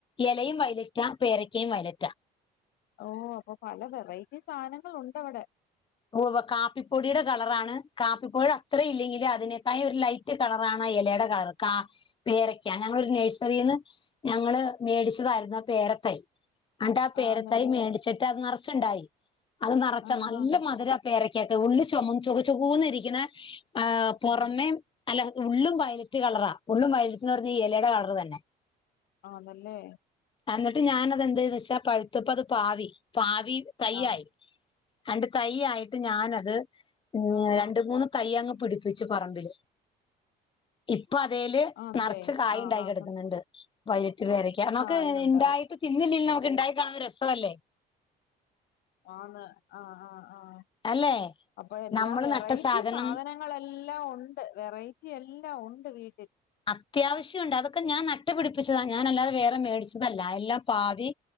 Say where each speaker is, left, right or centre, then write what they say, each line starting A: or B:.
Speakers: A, on the left (about 30°); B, on the left (about 70°).
A: എലയും വയലറ്റാ പേരയ്ക്കയും വയലറ്റാ
B: ഓ അപ്പൊ പല വെറൈറ്റി സാധനങ്ങൾ ഉണ്ട് അവിടെ
A: ഓ കാപ്പിപ്പൊടിയുടെ കളറാണ് കാപ്പിപ്പൊടിടെ അത്ര ഇല്ലെങ്കിൽ അതിനെക്കായും ഒരു ലൈ മറ്റ് കളറാണ് ആ ഇലയുടെ കളർ കാ പേരക്കാ ഞങ്ങളൊരു നേഴ്സറിന്ന് ഞങ്ങള് മേടിച്ചതായിരുന്നു ആ പേര തൈ അണ്ട് ആഹ് പേരതൈ
B: ആന്നല്ലേ?
A: മേടിച്ചിട്ട് അത് നെറച്ചുണ്ടായി അത് നെറച്
B: ആഹ്
A: നല്ല
B: ആഹ്
A: അ പേരക്കാത്ത് ഉള്ളിൽ ചൊമ ചൊക ചൊകോന്ന് ഇരിക്കുന്ന ആഹ് പുറമെ
B: ആഹ്
A: അല്ല ഉള്ളും വയലറ്റ് കളറാ ഉള്ളും വയലത്ത്ന്ന് പറഞ്ഞ ഈ ഇലയുടെ കളർ തന്നെ
B: ആന്നല്ലേ
A: എന്നിട്ട് ഞാനത് എന്ത് ചെയ്ത് വെച്ചാ പഴുത്തപ്പ അത് പാവി പാവി തയ്യായി
B: ആഹ്
A: അണ്ട് തൈ ആയിട്ട് ഞാനത് ഉം
B: ആഹ്
A: രണ്ട്
B: ആഹ്
A: മൂന്ന് തയ്യങ്ങ് പിടിപ്പിച്ച് പറമ്പില് ഇപ്പൊ അതേല്
B: ആണല്ലേ?
A: നെറച്ച് കായ്
B: ആഹ്
A: ഉണ്ടായി
B: ആഹ്
A: കിടക്കുന്നുണ്ട് വൈലറ്റ് പേരക്ക
B: കായുണ്ടായി
A: മ്ക്ക് ഉണ്ടായിട്ട് തിന്നില്ലിൽ നമുക്ക് ഉണ്ടായി കാണുന്ന രസമല്ലേ
B: ആന്ന് ആഹ് ആഹ് ആഹ്
A: അല്ലേ
B: അപ്പൊ എല്ലാ
A: നമ്മള്
B: വെറൈറ്റി
A: നട്ട സാധനം
B: സാധന ങ്ങളെല്ലാം ഒണ്ട് വെറൈറ്റി എല്ലാം ഒണ്ട് വീ
A: അത്യാവശ്യ ഉണ്ട് അതൊക്കെ ഞാൻ നട്ട് പിടിപ്പിച്ചതാ ഞാനല്ലാതെ വേറെ മേടിച്ചതല്ല എല്ലാം പാവി